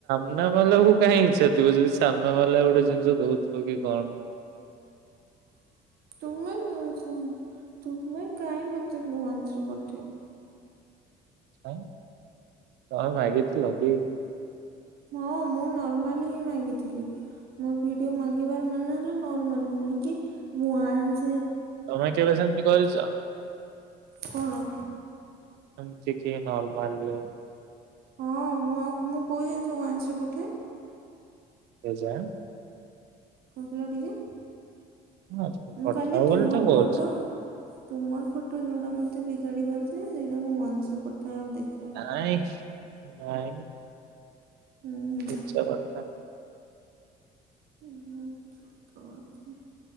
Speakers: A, on the right; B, on the right.
A: ସାମ୍ନା ଵାଲା କୁ କାହିଁ ଇଚ୍ଛାଥିବ ଯଦି ସାମ୍ନାବାଲା ଗୋଟେ ଜିନିଷ ଦଉଥିବ କି କଣ
B: <inaudible> ମେ ତୁମେ କାହିଁ ମତେ ୱାନ୍ସ ରେ ପଠେଇ
A: ଠ ତମେ ମାଗିଥିଲ କି?
B: ହଁ। ହଁ ମୁଁ ନର୍ମାଲି ହିଁ ମାଗିଥିଲି ମୋର ଭିଡିଓ ମାଗିବାର ମାନେ ହେଲା ନର୍ମାଲି ନାଇଁ କି ୱାନ୍ସ
A: ତମେ କେବେ ସେମିତି କରିଛ?
B: କଣ?
A: ଏମିତିକି ନର୍ମାଲ ରେ
B: ହଁ ମୁଁ ଆଉ ମୁଁ କଉ ଜିନିଷ ୱାନ୍ସ ରେ ପଠେ
A: ତେଜା
B: କମ୍ପଲେଟ କି?
A: ହଁ
B: ମୁଁ
A: ପଠାଅ
B: କାଲି ତୁମର
A: ବୋଲି ତ କହୁଛି।
B: ଫଟୋ ତୁମର ଫଟୋ ଯୋଉଟା ମତେ ବିଗାଡିବାର ସେ ସେଇଟା ମୁଁ ୱାନ୍ସ ରେ ପଠାଏ ଆଉ ଦେଖାଏ।
A: ନାଇଁ ନାଇଁ।
B: ହୁଁ
A: ମିଛ କଥା।
B: ଉଁ ହୁଁ ସତ୍ କଥା।